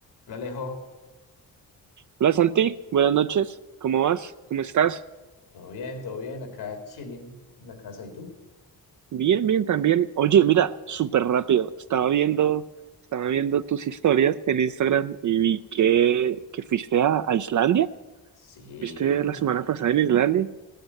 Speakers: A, on the left; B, on the right.
A: Hola Alejo,
B: Hola Santi, buenas noches. ¿Cómo vas? ¿Cómo estás?
A: Todo bien, todo bien, acá chilling en la casa. ¿Y tú?
B: Bien, bien también. Oye, mira, súper rápido. Estaba viendo, estaba viendo tus historias en Instagram y vi que, que fuiste a, a Islandia.
A: sí,
B: ¿Viste la semana pasada en Islandia?